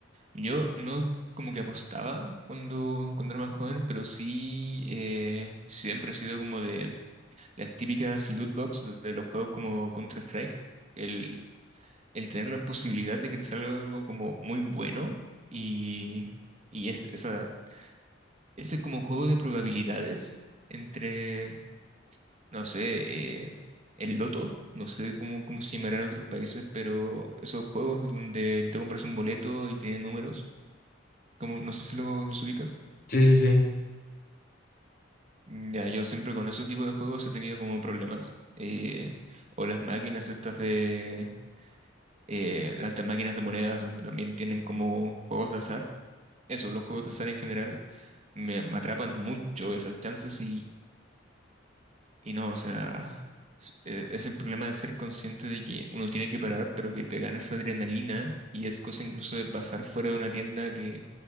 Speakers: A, on the right; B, on the left.
A: Yo no como que apostaba cuando, cuando era más joven, pero sí eh, siempre he sido como de las típicas loot box de los juegos como Counter-Strike. El, el tener la posibilidad de que te salga algo como muy bueno y, y es, esa, ese como juego de probabilidades entre, no sé, eh, el loto. No sé cómo, cómo se llamará en otros países, pero esos juegos donde te compras un boleto y tiene números, como, no sé si luego los ubicas.
B: Sí, sí, sí.
A: Mm, Ya, yo siempre con ese tipo de juegos he tenido como problemas. Eh, o las máquinas estas de... eh, las de máquinas de monedas donde también tienen como juegos de azar. Eso, los juegos de azar en general me, me atrapan mucho esas chances y no, o sea, s- eh, es el problema de ser consciente de que uno tiene que parar, pero que te gana esa adrenalina y es cosa incluso de pasar fuera de una tienda que,